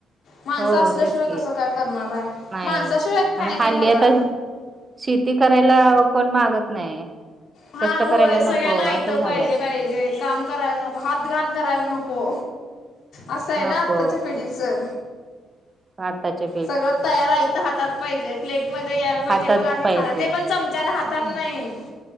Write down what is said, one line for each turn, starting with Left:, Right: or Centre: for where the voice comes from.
Left: माणसं
Right: हो
Left: असल्याशिवाय
Right: तेच की
Left: कसं काय करणार आहे
Right: नाही
Left: माणसाशिवाय काही
Right: आणि
Left: नाही
Right: हल्ली
Left: बघा.
Right: आता शेती करायला कोण मागत नाही.
Left: हा
Right: कष्ट
Left: होय
Right: करायला
Left: सगळ्यांना
Right: नको
Left: ऐतं
Right: असं झालंय
Left: पाहिजे पाहिजे काम करायला नको हात उदगान करायला नको असं आहे
Right: नको
Left: ना आत्ताच्या पिढीचा.
Right: पाताच्या
Left: सगळं तयार आहे इथं हातात पाहिजे. प्लेट मध्ये यायला पाहिजे
Right: हातात
Left: मग आम्ही
Right: पाहिजे
Left: खाणार ते पण चमच्यानी
Right: हम्म
Left: हाताने नाही.